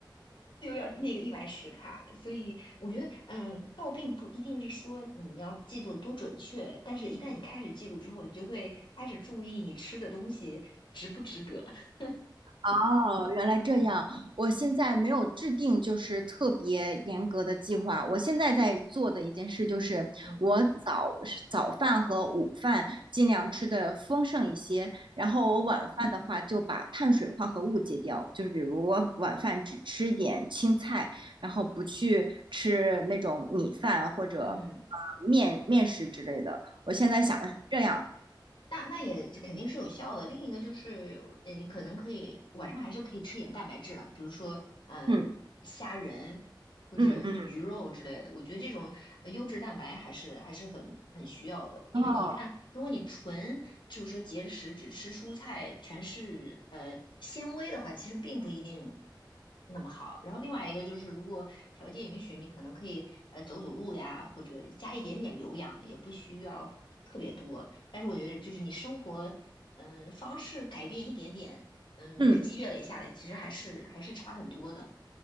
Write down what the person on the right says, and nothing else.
哦，原来这样。
我现在没有制定就是特别严格的计划。我现在在做的一件事就是，
我早早饭和午饭尽量吃的丰盛一些，然后我晚饭的话就把碳水化合物戒掉，
就是比如我晚饭只吃一点青菜，然后不去吃那种米饭或者呃面面食之类的。
我现在想的是这样，
嗯嗯嗯，
哦，
嗯。